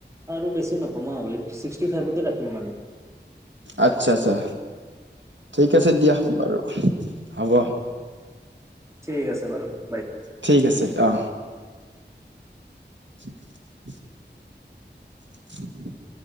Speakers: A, on the right; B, on the right.
A: আৰু বেছি নকমাও, আৰু এই ছিক্সটি ফাইভতে ৰাখিম মানে।
B: আচ্ছা, আচ্ছা। ঠিক আছে দিয়া বাৰু, হ'ব।
A: ঠিক আছে বাৰু বাই
B: ঠিক আছে, অ, <unintelligible> <unintelligible>